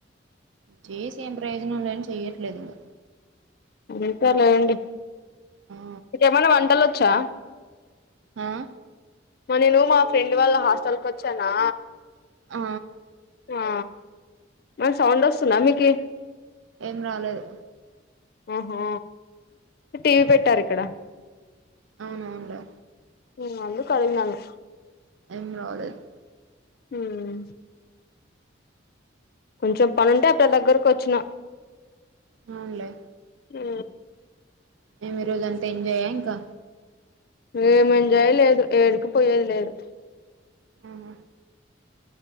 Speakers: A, on the right (about 80°); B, on the left (about 50°).
A: చేసి ఏం ప్రయోజనంలే అని చెయ్యట్లేదు ఇంగ
B: అంతే లేదండి
A: ఆ
B: మికేమైనా వంటలు వచ్చా
A: ఆ
B: మా నేను మా ఫ్రెండ్ వాళ్ళ హాస్టల్ కు వచ్చానా
A: ఆ
B: ఆ మరి సౌండ్ వస్తుంద మీకీ
A: ఏం రాలేదు
B: ఆహో టీవీ పెట్టారు ఇక్కడ
A: అవునవులే
B: ఉ అందుకు అడిగినాను
A: ఏం రాలేదు
B: మ్మ్ కొంచెం పనుంటే అట్ల దగ్గరకొచ్చిన
A: అవునులే
B: ఆ
A: మేమి ఈరోజ అంతా ఎంజాయ్యా ఇంకా
B: ఏమంజాయి లేదు ఏడుకిపోయేది లేదు
A: ఆహ్